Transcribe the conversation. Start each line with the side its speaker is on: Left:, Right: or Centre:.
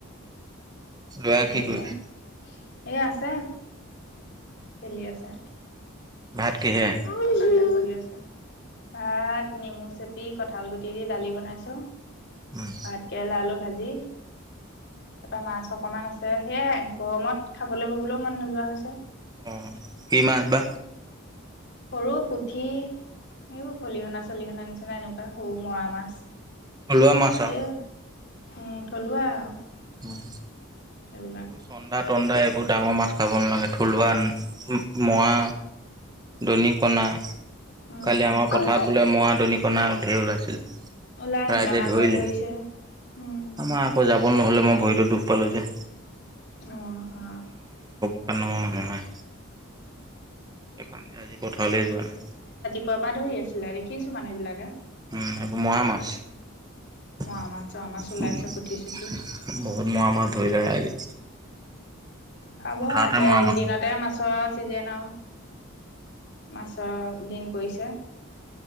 Right: বেয়া
Left: হেৰি
Right: কি কৰিছ?
Left: হয় এই আছে চলি আছে।
Right: ভাত কিহে?
Left: কৰি আছে। ভাত নেমু চে- পি, কঁঠাল গুটি দি দালি বনাইছো,
Right: অ'
Left: ভাত কেৰেলা আলু ভাজি, তাৰপৰা মাছ অকমান আছে। সেয়াই গৰমত খাবলৈ ববলৈও মন নোযোৱা হৈছে।
Right: অ কি মাছ বা?
Left: সৰু পুঠি এইবোৰ খলিহনা চলিহনা নিচিনা এনেকুৱা সৰু মৰা মাছ,
Right: থলুৱা মাছ আৰু।
Left: এই থলুৱা আৰু।
Right: উম।
Left: এইবিলাক
Right: এইবোৰ চন্দা তন্দা এইবোৰ ডাঙৰ মাছ খাব নালাগে। থলুৱা মোৱা দৰি কণা।
Left: উম
Right: কালি আমাৰ পথাৰত বোলে মৰা দৰি কণা ধেৰ ওলাইছিল।
Left: ওলাই আহিছিলা
Right: ৰাইজে
Left: মানুহে
Right: ধৰিলে।
Left: ধৰিছে উম
Right: আমাৰ আকৌ যাব নহলে। মই ভৰিটো দুখ পালোঁ যে।
Left: অহ হ।
Right: হাল বাব মানুহ নাই স কানদি আজি পথাৰলৈ যোৱা নাই।
Left: প পৰা ধৰি আছিলে দেখিছো মানুহ বিলাকে।
Right: উম মৰা মাছ? বহুত
Left: মৰা মাছ চৰা মাছ ওলাইছে পুঠি চুঠি
Right: মৰা মৰা ধৰি ৰাইজে।
Left: খাব
Right: পথাৰতে
Left: এতিয়া
Right: মৰা
Left: এইকেইদিনতে
Right: মাছ উম
Left: মাছৰ চিজেন আৰু মাছ ছ দিন পৰিছে।